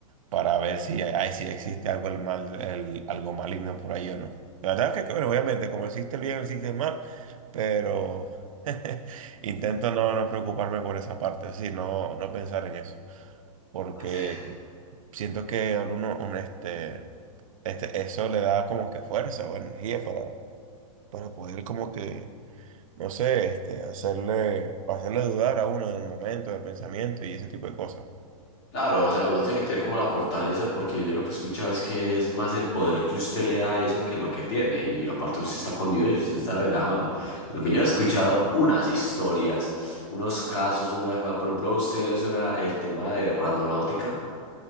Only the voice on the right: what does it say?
para ver si, hay, si existe algo, el mal, el, algo maligno por ahí o no. La verdad que, que, bueno, obviamente, como existe el bien, existe el mal, pero <laughs> intento no, no preocuparme por esa parte, es decir, no, no pensar en eso, porque
siento que a uno, un este, este, eso le da como que fuerza o energía para para poder como que, no sé, este, hacerle, hacerle dudar a uno en el momento, del pensamiento y ese tipo de cosas.